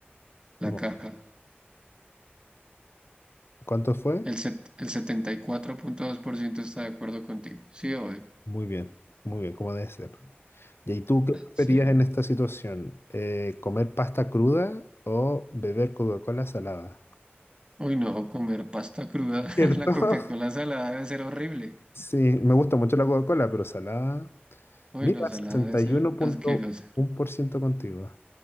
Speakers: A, on the right; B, on the left.
A: La
B: ¿cómo?
A: caja.
B: ¿Cuánto fue?
A: El, set- el setenta y cuatro punto dos por ciento está de acuerdo contigo. Sí, obvio.
B: Muy bien, muy bien, como debe ser. ¿Y ahí tú qué preferías
A: Sí.
B: en esta situación? Eh, ¿comer pasta cruda o beber Coca-Cola salada?
A: Uy, no, comer pasta cruda.
B: ¿Cierto?
A: <laughs> La Coca-Cola
B: <laughs>
A: salada debe ser horrible.
B: Sí, me gusta mucho la Coca-Cola, pero salada.
A: Uy,
B: Mira,
A: no, salada debe ser asquerosa.
B: 61.1% contigo.